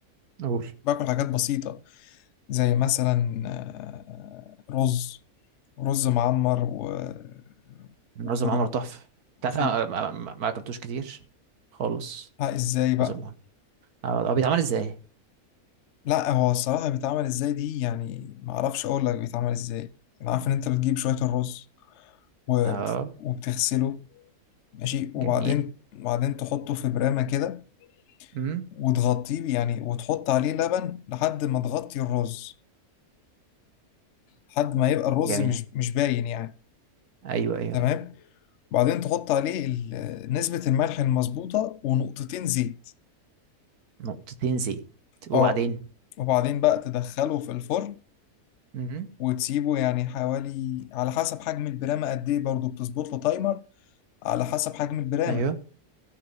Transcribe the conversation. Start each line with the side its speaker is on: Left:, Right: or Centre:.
Right: قول
Left: باكل حاجات بسيطه زي مثلا آه، رز رز معمر و- وخد
Right: رز المعمر تحفة
Left: وخدها
Right: أنت عارف أنا ما ما- ما أكلتوش كتير خالص
Left: ازاي بقى
Right: رز المعمر أه هو بيتعمل إزاي؟
Left: لا هو الصراحة بيتعمل ازاي دي يعني ما اعرفش اقول لك بيتعمل ازاي انا عارف ان انت بتجيب شوية الرز وبت...
Right: أه
Left: وبتغسله ماشي وبعدين
Right: جميل
Left: وبعدين تحطه في برامة كده
Right: أمم
Left: وتغطيه يعني وتحط عليه لبن لحد ما تغطي الرز لحد ما يبقى الرز
Right: جميل
Left: مش مش باين يعني
Right: أيوه أيوه
Left: تمام
Right: أيوه
Left: وبعدين تحط عليه ال- نسبة الملح المظبوطة ونقطتين زيت
Right: نقطتين زيت وبعدين
Left: اه وبعدين بقى تدخله في الفرن
Right: أمم
Left: وتسيبه يعني حوالي على حسب حجم البرامة قد ايه برضه بتظبط له تايمر على حسب حجم البرامة
Right: أيوه